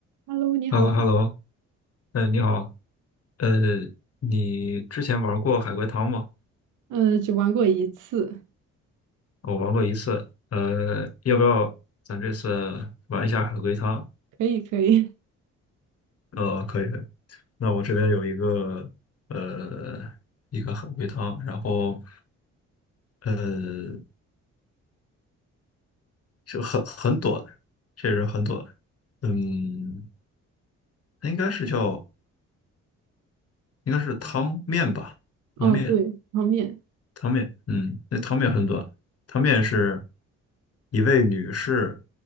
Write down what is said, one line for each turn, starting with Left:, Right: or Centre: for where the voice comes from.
Right: Hello，你好。
Left: h e l l o h e l l o 嗯，你好，呃，你之前玩过海龟汤吗？
Right: 呃，只玩过一次，
Left: 我玩过一次，呃，要不要咱这次玩一下海龟汤？
Right: 可以可以。
Left: 呃，可以可以。那我这边有一个呃一个海龟汤，然后呃就很很短，确实很短，嗯，它应该是叫应该是汤面吧，
Right: <laughs> 哦，
Left: 汤面。
Right: 对，泡面。
Left: 汤面，嗯，那汤面很短。汤面是一位女士